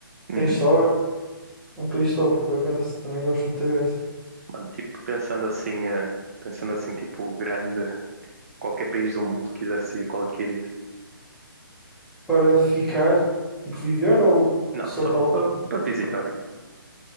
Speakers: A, on the right; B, in the centre.
A: Uhum.
B: tem história. É um país top, por acaso. Também gosto muito da Grécia.
A: Mano, tipo, pensando assim, eh, pensando assim, tipo, grande, qualquer país do mundo quisesse ir, qual é que irias?
B: para ficar, tipo, viver ou
A: Não,
B: só
A: só
B: tal?
A: para para visitar.